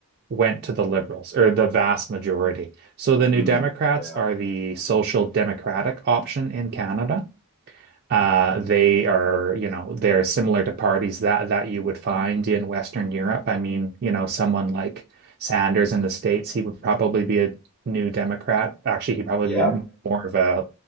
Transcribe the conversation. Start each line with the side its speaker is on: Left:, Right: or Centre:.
Right: went to the Liberals or the vast majority. So
Centre: Mm,
Right: the New Democrats
Centre: yeah.
Right: are the social democratic option in Canada. Uh, they are, you know, they're similar to parties that that you would find in Western Europe. I mean, you know, someone like Sanders in the States, he would probably be a new Democrat. Actually, he'd probably
Centre: Yeah.
Right: be more of a